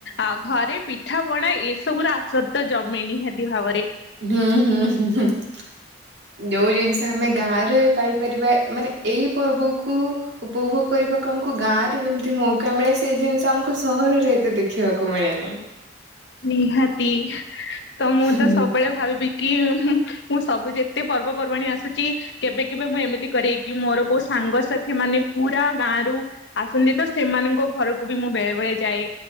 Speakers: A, on the left (about 70°); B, on the right (about 70°).
A: ଆ ଘରେ ପିଠା ପିଠା ପଣା ଏସବୁ ର ଆସର ତ ଜମେ ନିହାତି ଭାବରେ
B: ହୁଁ ହୁଁ <unintelligible> ଯୋଉ ଜିନିଷ ଆମେ ଗାଁ ରେ ପାଇପାରିବା ମାନେ ଏଇ ପର୍ବକୁ ଉପଭୋଗ କରିବାକୁ ଆମକୁ ଗାଁ ରେ ଯେମିତି ମୌକା ମିଳେ ସେ ଜିନିଷ ଆମକୁ ସହରରେ ଏତେ ଦେଖିବାକୁ ମିଳେନିଁ।
A: ନିହାତି ତ ମୁଁ
B: ହୁଁ
A: ତ
B: ହୁଁ
A: ସବୁବେଳେ ଭାବିବି କି ମୁଁ ସବୁ ଯେ ଏତେ ପର୍ବପର୍ବାଣି ଆସୁଛି କେବେ କେବେ ମୁଁ ଏମିତି କରେଇକି ମୋର କୋଉ ସାଙ୍ଗସାଥି ମାନେ ପୁରା ଗାଁରୁ ଆସନ୍ତି ତ ସେମାନଙ୍କ ଘରକୁ ବି ମୁଁ ବେଳେ ବେଳେ ଯାଏ।